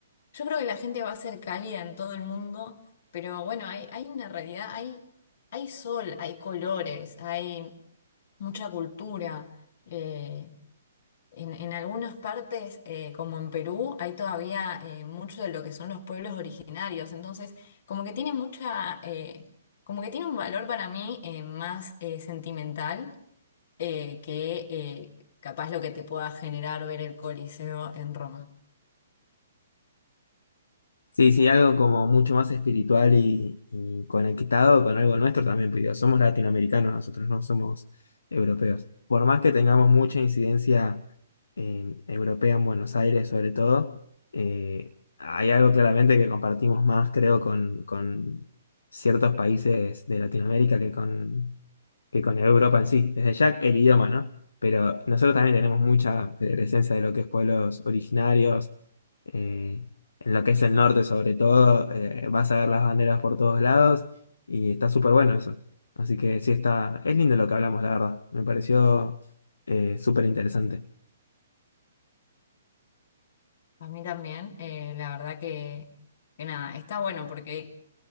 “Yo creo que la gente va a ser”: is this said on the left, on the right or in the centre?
Left